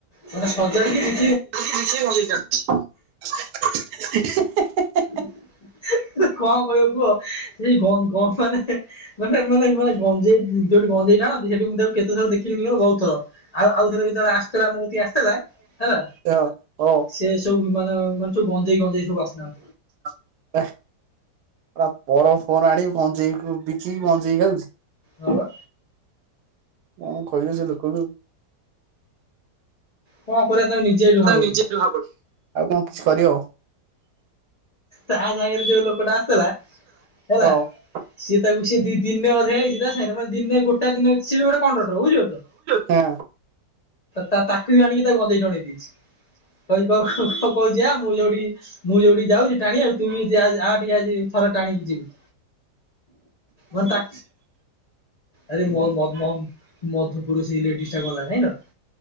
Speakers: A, on the left (about 75°); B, on the right (about 80°).
A: ମାନେ ଶଯାଡିକି ବିକି
B: ଦେଖ ଭ <unintelligible>
A: କଣ କହିବ କୁହ ସେଇ ଗନ ଗ ମାନେ ମାନେ ମାନେ ମାନେ ଗଞ୍ଜେଇ ଯଉିଠି ଗଞ୍ଜେଇ ଟାଣନ୍ତି ସେଠି ମୁଁ ତାକୁ କେତେଥର ଦେଖିଥିଲ ଗ ବହୁତ ଥର। ଆଉ ଆଉଥରେ ଯେତେବେଳେ ଆସିଥିଲା ମୋ ଠିକି ଆସିଥିଲା ହେଲା
B: ହଁ ଓ
A: ସେ ସବୁ ମାନେ ସବୁ ଗଞ୍ଜେଇ ଗଞ୍ଜେଇ ବାସ୍ନା ହଉଥିଲା
B: ପୁରା ପର ଫୋନ ଆଣିକି ଗଂଜେଇ କୁ ବିକି ଗଂଜେଇ ଖାଉଛି।
A: ହପା।
B: ମୁଁ କହିବି ଲୋକ କୁ।
A: କଣ କରିବା ତମେ ନିଜେ ଏଇଠୁ ଭାବ
B: ନିଜେ
A: ଟିକେ
B: ବି ଭାବୁ ଆଉ କଣ କିଛି କରିହବ।
A: ତା ସାଙ୍ଗରେ ଯୋଉ ଲୋକଟା ଆସିଥିଲା ହେଲା
B: ହ ହ
A: ସିଏ ତାକୁ ସିଏ ଦି ଦିନେ ଅଧେ ଆଇଛି ତା ସାଙ୍ଗରେ ମାନେ ଦିନେ ଗୋଟା ଦିନେ ଅଛି ସେ ବି ଗୋଟେ କଣ୍ଡକ୍ଟର, ବୁଝିପାରୁଛ।
B: ହଁ
A: ତା ତାକୁ ବି ଆଣିକି ତାକୁ ଗଂଜେଇ ଟାଣେଇ ଦେଇଛି। କ କ କ କହୁଛି ଆ ମୁଁ ଯୋଉଠି ମୁଁ ଯୋଉଠି ଯାଉଛି ଟାଣିବାକୁ ତୁ ବି ଯ ଆ ଟିକେ ଆଜି ଥରେ ଟାଣିକି ଯିବୁ। ମଁ ତା ଆରେ ମ ମ ମ ମ ମଧୁପୁର ସେ ଲେଡିସ୍ ଟା ଗଲା ଜାଣିଲ।